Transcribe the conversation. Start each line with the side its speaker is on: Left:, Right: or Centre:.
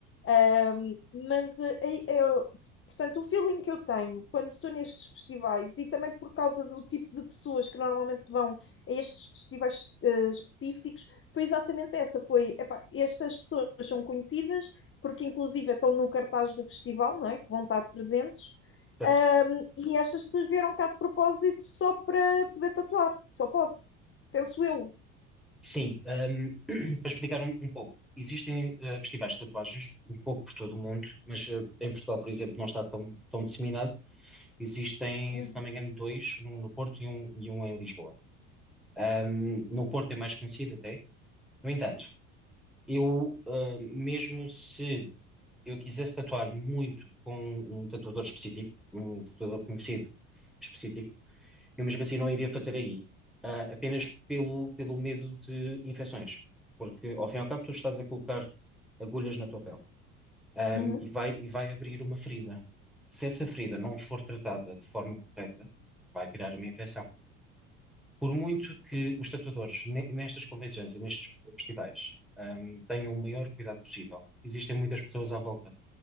Left: Ahm, mas, eh, eh, eu- portanto, o feeling que eu tenho quando estou nestes festivais e também por causa do tipo de pessoas que normalmente vão a estes festivais, eh, específicos, foi exatamente essa. Foi, epá, estas pessoas são conhecidas porque inclusive estão no cartaz do festival, não é? Que vão estar presentes.
Centre: Certo.
Left: Um, e estas pessoas vieram cá de propósito só para poder tatuar, só pode, penso eu.
Centre: Sim, ahm, <clears throat> para explicar um, um pouco, existem ah, festivais de tatuagens um pouco por todo o mundo, mas ah, em Portugal, por exemplo, não está tão, tão disseminado. Existem,
Left: Uhum.
Centre: se não me engano, dois, um no Porto e um, e um em Lisboa. Ahm, no Porto é mais conhecido até. No entanto, eu, ah, mesmo se eu quisesse tatuar muito com um tatuador específico, um tatuador conhecido específico, Eu mesmo assim não iria fazer aí, Ah, apenas pelo, pelo medo de infecções, porque ao fim e ao cabo tu estás a colocar agulhas na tua pele, ahm,
Left: Uhum.
Centre: e vai, e vai abrir uma ferida. Se essa ferida não for tratada de forma correta, vai criar uma infecção. Por muito que os tatuadores ne- nestas convenções e nestes festivais, ahm, tenham o maior cuidado possível, existem muitas pessoas à volta,